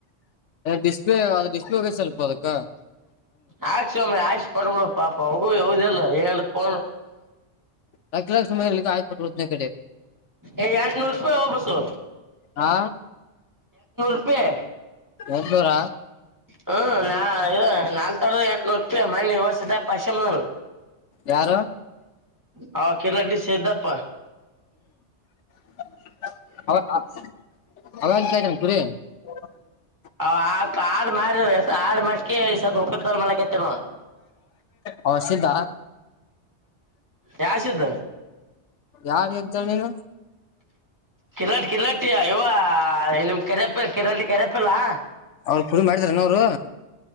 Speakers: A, on the left; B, on the right.
A: ಡಿಸ್ಪ್ಲೇ ಆದ ಡಿಸ್ಪ್ಲೇ ಒಗದ ಸ್ವಲ್ಪ ಹದಕ್ಕ.
B: ಆಕ್ಸ್ ಮಾರಾಯ ಹಾಕ್ಸ್ ಕೊಡೋ ಪಾಪ ಹೆಗೂ ಯ್ಯೂಸ್ ಇಲ್ಲ ಏನ್ ಪೋನ್.
A: ಲಕ್ಷಲ <unintelligible> ಸಮಯಕ್ಕೆ ಆಪ ರೋದನೆ ಕಡೆ.
B: ಏ ಎರಡ್ನೂರು ರೂಪಾಯಿ ಹೊಬ್ಬಸು.
A: ಹಾ
B: ರೂಪಾಯಿ
A: ಒಂನೂರಾ.
B: ಹ್ಮ್ ನಾ ನಾಲ್ ತೊಡ ಎಂಟನೂರು ರೂಪಾಯಿ ಮಣ್ಣಿವಸದ ಪಶಚಮನಲ್.
A: ಯಾರು
B: ಹ ಕಿಲಡಿ ಸಿದಪ್ಪ.
A: <unintelligible>
B: ಆ ವ ಆ ಮಾರ ಆಡ್ ಮಾಡ್ಕಕತಲ್ಲ ಮಲ ಕೆತ್ತ ನೋ <unintelligible>
A: ಅವ ಸಿದ್ದ
B: ಯಸಿದ್ದ
A: ಯಾರ್ ಹೇಕ್ತಳ್ ನೀನು.
B: ಕಿಲಾಟ ಕಿಲಾಟಿ ಯವ್ವ ನಿಮ್ ಕರೆಪ್ಪ ಕಿರಾಟಿ ಕೆರೆಪ್ಪಿಲ್ಲಾ.
A: ಅವ್ರ ಪುಲ್ ಮಾಡಿದ್ರೇನ ಅವರು.